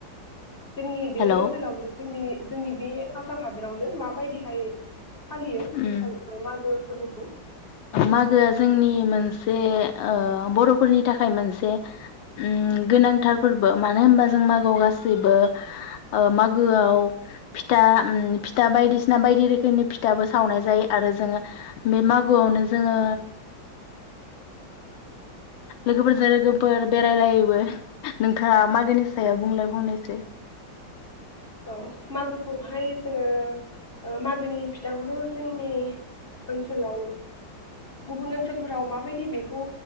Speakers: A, on the left; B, on the left.
A: जोंनि बे
B: हेलौ
A: ओनसोलावनो जोंनि जोंनि बे आसाम हादोरावनो माबायदिहाय फालियो
B: उम
A: बैसागु मागो। फोरबोखौ
B: मागोआ जोंनि मोनसे ओ बर'फोरनि थाखाय मोनसे ओम गोनांथार फोरबो मानो होनबा जों मागोआव गासैबो मागोआव ओम फिथा फिथा बायदिसिना बायदि रोखोमनि फिथाबो सावनाय जायो आरो जोङो बे मागो गोआवनो जोङो लोगोफोरजों लोगोफोर बेरायलायोबो नोंथाङा मागोनि सायाव बुंलायफावनैसो
A: औ मागोखौहाय जोङो मागोनि फिथाखौथ' जोंनि ओनसोलाव गुबुन ओनसोलफोराव माबायदि बेखौ